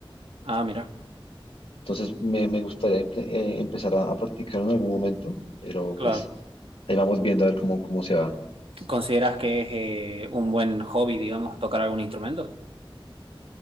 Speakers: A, on the right; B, on the left.
A: Ah, mira.
B: Entonces me, me gustaría empe- eh, empezar a, a practicar en algún momento, pero
A: Claro.
B: pues ahí vamos viendo a ver cómo, cómo se va.
A: ¿Consideras que es eh, un buen hobby, digamos, tocar algún instrumento?